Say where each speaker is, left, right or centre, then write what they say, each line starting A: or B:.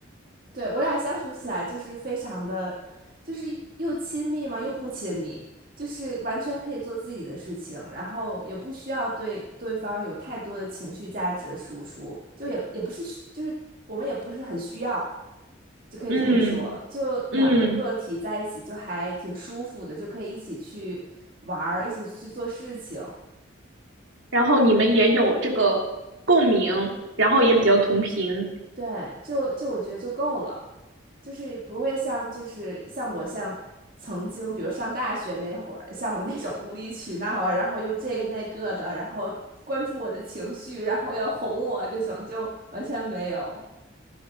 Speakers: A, on the right; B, on the right.
A: 对，我俩相处起来就是非常的，就是又亲密嘛，又不亲密，就是完全可以做自己的事情，然后也不需要对对方有太多的情绪价值的输出，就也也不是需就是我们也不是很需要，就可以这么说，
B: 嗯
A: 就两个个体在一起就还挺舒服的，
B: 嗯，
A: 就可以一起去玩儿，一起去做事情，
B: 然后你们也有这个共鸣，然后也比较同频。
A: 对，就就我觉得就够了。就是不会像就是像我像曾经，比如上大学那会儿，像我那种无理取闹啊，然后又这个那个的，然后关注我的情绪，然后要哄我这种，就完全没有，